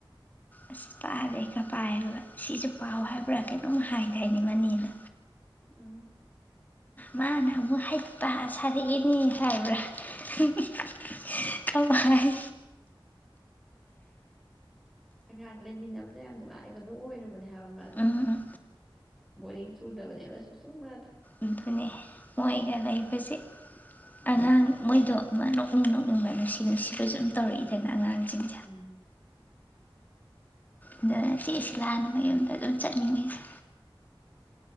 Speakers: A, on the left; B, in the centre.
A: ꯑꯁ ꯄꯥꯔꯦꯒ ꯄꯥꯏꯒ ꯁꯤꯁꯨ ꯄꯥꯎ ꯍꯥꯏꯕ꯭ꯔꯥ ꯀꯩꯅꯣꯝ ꯍꯥꯏꯒ ꯍꯥꯏꯅꯤ ꯃꯅꯦꯅ
B: ꯎꯝ
A: ꯃꯥꯅ ꯑꯃꯨꯛ ꯍꯩꯄ ꯁꯥꯔꯛꯏꯅꯦ ꯍꯥꯏꯕ꯭ꯔꯥ <inaudible> ꯀꯃꯥꯏ
B: ꯑꯉꯥꯡ ꯂꯩꯃꯤꯟꯅꯕꯗ ꯌꯥꯝ ꯅꯨꯡꯉꯥꯏꯕꯗꯣ ꯑꯣꯏꯔꯕꯅꯦ ꯍꯥꯏꯕ ꯃꯗꯣ
A: ꯎꯝ
B: ꯕꯣꯔꯤꯡ ꯆꯨꯗꯕꯅꯦꯕ ꯁꯨꯛꯆꯨ ꯃꯥꯗꯣ
A: ꯑꯗꯨꯅꯦ ꯃꯣꯏꯒ ꯂꯩꯕꯁꯦ ꯑꯉꯥꯡ ꯃꯣꯏꯗꯣ ꯑꯃ ꯅꯣꯛꯅꯤꯡ ꯅꯣꯛꯅꯤꯡꯕ ꯅꯨꯡꯁꯤ ꯅꯨꯡꯁꯤꯕꯁꯨ ꯑꯗꯨꯝ ꯇꯧꯔꯛꯏꯗꯅ ꯑꯉꯥꯡ ꯆꯤꯡ
B: ꯎꯝ
A: ꯑꯗꯨꯒ ꯆꯦꯛ ꯑꯁꯤ ꯂꯥꯟꯅ ꯃꯌꯨꯝꯗ ꯑꯗꯨꯝ ꯆꯠꯅꯤꯡꯉꯤꯁꯦ